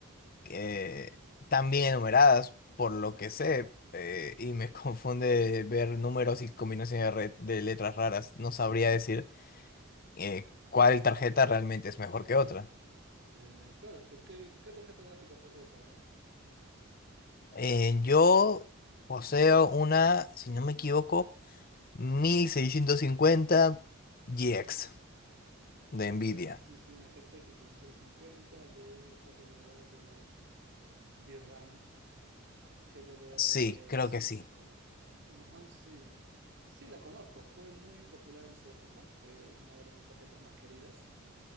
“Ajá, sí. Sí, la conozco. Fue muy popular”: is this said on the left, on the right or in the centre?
Right